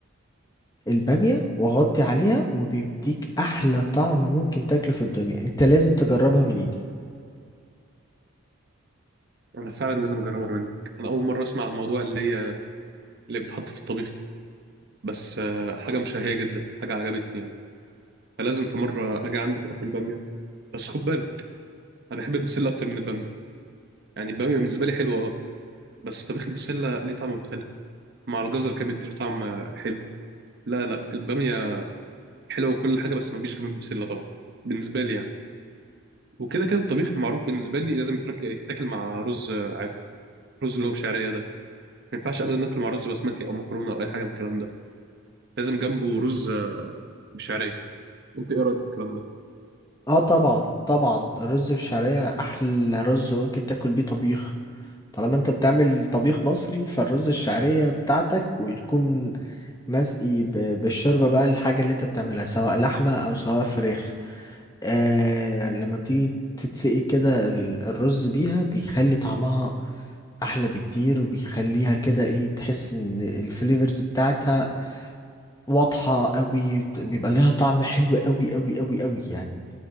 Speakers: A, on the left; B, on the right.
A: الباميه واغطي عليها وبيديك احلى طعم ممكن تاكله في الدنيا انت لازم تجربها من ايدي
B: انا فعلا لازم اجربها منك انا اول مره اسمع عن الموضوع اللي هي اللي بيتحط في الطبيخ ده بس آه، حاجه مشهيه جدا حاجه عجبتني يعني فلازم في مره اجي عندك اكل باميه بس خد بالك انا بحب البسله اكتر من الباميه يعني الباميه بالنسبه لي حلوه اه بس طبيخ البسلة ليه طعم مختلف مع الجزر كده بيديله طعم آه، حلو لا لا البامية حلوة وكل حاجة بس ما تجيش جنب البسلة طبعا بالنسبة لي يعني وكده كده الطبيخ معروف بالنسبة لي لازم يترك- يتاكل مع رز آه، عادي رز اللي هو بشعرية ده ما ينفعش أبدا ناكله مع رز بسمتي أو مكرونة أو أي حاجة من الكلام ده لازم جنبه رز آه، بشعرية أنت إيه رأيك في الكلام ده؟
A: اه طبعا طبعا الرز بالشعريه احلى رز ممكن تاكل بيه طبيخ طالما انت بتعمل طبيخ مصري فالرز الشعرية بتاعتك وتكون مسقي ب- بالشوربة بقى الحاجة اللي انت بتعملها سواء لحمة او سواء فراخ آه لما بتيجي تتسقي كده ال- الرز بيها بيخلي طعمها احلى بكتير وبيخليها كده ايه تحس ان الفليفرز بتاعتها واضحة قوي بيبقى لها طعم حلو قوي قوي قوي قوي يعني